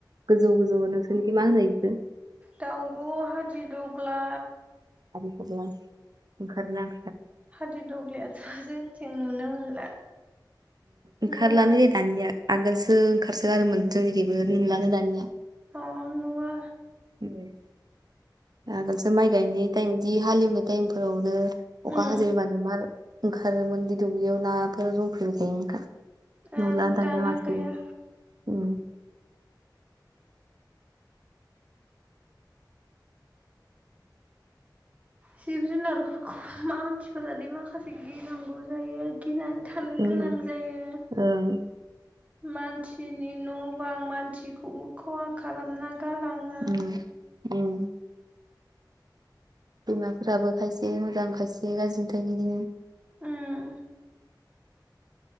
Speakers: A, on the right; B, on the right.
A: गोजौ गोजौ नोंसिनिखै माहोनो इखो
B: दाउबो हादिदग्ला।
A: आरो बेखौल ओंखारनो।
B: हादिर दग्लियाथ' जोंथिं नुनो मोनला
A: ओंखारलानो
B: नुवा
A: जै दानिया आगोलसो ओंखारसोगारोमोन जोंनिफ्रायबो नुलानो दानिया।
B: अ नुवा
A: <inaudible> आगोलसो माइ गायनाय टाइम बिदि हालेवनाय टाइमफोरावनो अखा
B: उम
A: हाजिरबानो मा ओंखारोमोन दि दुब्लियाव नाफोर जंफैबाय थायोमोनखा।
B: ओं
A: नुला
B: दाना
A: दानिया मसिबो
B: गैया
A: उम
B: जिब जुनारफोरखौ मानसिफोरादि माखासे गिनांगौ जायो गिनानै। थानो
A: ओं
B: गोनां जायो
A: ओं
B: मानसिनि न' बां मानसिखौबो खहा खालामना गालाङो
A: उम उम बिमाफोराबो खायसे मोजां खायसे गाज्रिनि थायो बिदिनो।
B: उम